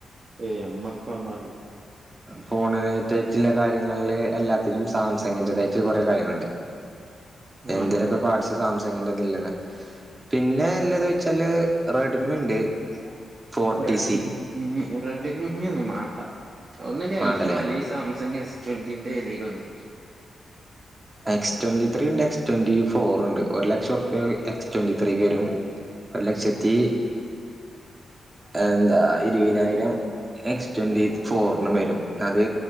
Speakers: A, on the right; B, on the right.
A: ഏയ് നമ്മക്ക് അതൊന്നും അറിയില്ല..
B: ഫോണിനകത്തു വെച്ചല്ലേ കാര്യങ്ങൾ ഞങ്ങളെ എല്ലാം ചില സാംസങ്ങിന്റെ തായി കുറെ കാര്യങ്ങൾ ഇണ്ടേ.
A: ആ
B: എന്തേലൊക്കെ പാർട്സ്.. സാംസങ്ങിന്റെ <unintelligible> പിന്നെ ല്ലത് വെച്ചാല് റെഡ്മി ഉണ്ട് ഫോർട്ടി
A: റെഡിമി
B: സി
A: റെഡിമി മീൻ ഒന്നും മാണ്ട ഒന്നലി
B: വേണ്ടല്ലേ
A: ഐഫോണ് അല്ലെങ്കിൽ സാംസങ് എസ് ട്വന്റി ഏ രുന്ന്
B: എക്സ് ട്വന്റി ത്രീ ഉണ്ട് എക്സ് ട്വന്റി ഫോറ് ഉണ്ട് ഒരു ലക്ഷം റുപിയ എക്സ് ട്വന്റി ത്രീ വരും ഒരു ലക്ഷത്തി എന്താ ഇരുപതിനായിരം എക്സ് ട്വന്റി ഫോറിനും വരും അത്